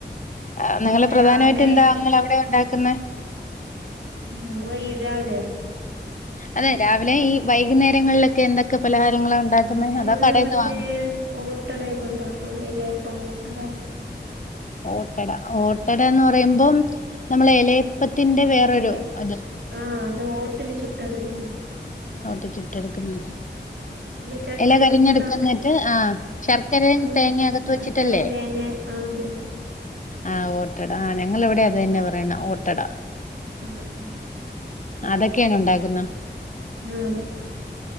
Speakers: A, on the left (about 45°); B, on the right (about 85°).
A: ആഹ് നിങ്ങള്
B: ഇന്ന്
A: പ്രധാനായിട്ട്
B: രാവിലെ
A: എന്താ നിങ്ങളവിടെ ഒണ്ടാക്കുന്നെ
B: ഞാ വയ്‌ രാവിലെയോ?
A: അതെ രാവിലെ ഈ വൈകുന്നേരങ്ങളിലൊക്കെ എന്തൊക്കെ പലഹാരങ്ങളാ ഒണ്ടാക്കുന്നെ
B: ഇന്നലെയുള്ള
A: അതോ കടേന്ന്
B: മറ്റേ
A: വാങ്ങോ?
B: ഓട്ടടയൊക്കെ ഒണ്ടാക്കും എലയപ്പം ഓട്ടടാ
A: ഓട്ടട ഓട്ടട എന്ന് പറയുമ്പം നമ്മളെ എലയപ്പത്തിന്റെ വേറൊരു
B: ഇല
A: ഇത്
B: ആഹ് അത് ഓട്ടില് ചുട്ട് എടുക്കുന്നാ
A: <unintelligible> ഓട്ടി ചുട്ട് എടുക്കുന്നത്
B: ഇത് ചട്ടി
A: എല കരിഞ്ഞെടുക്കുന്നിട്ട്
B: ചൂടാക്കി
A: ആഹ് ശർ ക്കരയും
B: ആഹ്
A: തേങ്ങ അകത്ത്
B: ശർക്കരയും
A: വെച്ചിട്ടല്ലേ
B: തേങ്ങയും ആഹ് അതന്നെ
A: ആഹ് ഓട്ടട ആഹ് ഞങ്ങൾ ഇവിടെ അത് തന്നെയാ പറയ്ന്നെ ഓട്ടടാ
B: ആഹ് ആഹ്
A: അതൊക്കെയാണോ ഒണ്ടാക്കുന്നെ
B: ആഹ് അതെ